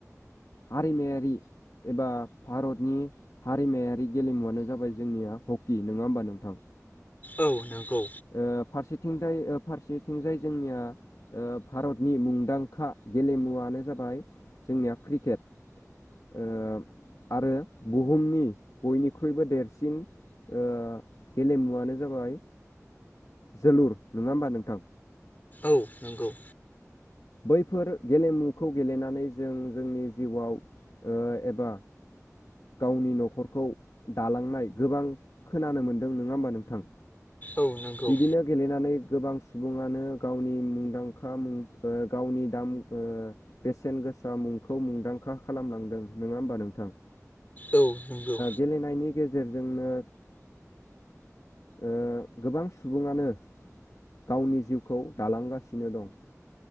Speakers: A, on the left; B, on the left.
A: हारिमायारि एबा भारतनि हारिमायारि गेलेमुवानो जाबाय जोंनिया हकि नोङा होमबा नोंथां?
B: औ नोंगौ।
A: ओ फारसेथिंजाय फारसेथिंजाय जोंनिया ओ भारतनि मुंदांखा गेलेमुवनो जाबाय जोंनिया क्रिकेट। ओ आरो बुहुमनि बयनिख्रुइबो देरसिन ओ गेलेमुवानो जाबाय जोलुर नङा होमबा नोंथां?
B: औ नंगौ।
A: बैफोर गेलेमुखौ गेलेनानै जों जोंनि जिउआव एबा गावनि न'खरखौ दालांनाय गोबां खोनानो मोन्दों नङा होमबा नोंथां?
B: औ नंगौ।
A: बिदिनो गेलेनानै गोबां सुबुङानो गावनि मुंदांखा मुं गावनि दाम ओ बेसेन गोसा मुंखौ मुंदांखा खालामनांदों नङा होमबा नोंथां?
B: औ नंगौ
A: गेलेनायनि गेजेरजोंनो ओ गोबां सुबुङानो गावनि जिउखौ दालांगासिनो दं।